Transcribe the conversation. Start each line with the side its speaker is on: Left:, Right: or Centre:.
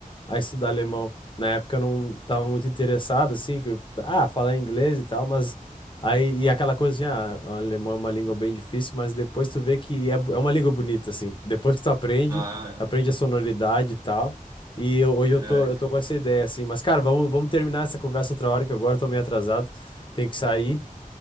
Left: a estudar alemão. Na época eu não tava muito interessado, assim, que eu, ah, falar inglês e tal, mas aí, e aquela coisa assim, ah, o alemão é uma língua bem difícil, mas depois tu vê que é, bo- é uma língua bonita, assim. Depois que tu aprende,
Right: Ah,
Left: aprende a sonoridade e tal. E eu- hoje
Right: É,
Left: eu tô,
Right: É,
Left: eu tô com essa ideia, assim. Mas, cara, vamos, vamos terminar essa conversa outra hora, que agora eu tô meio atrasado, tem que sair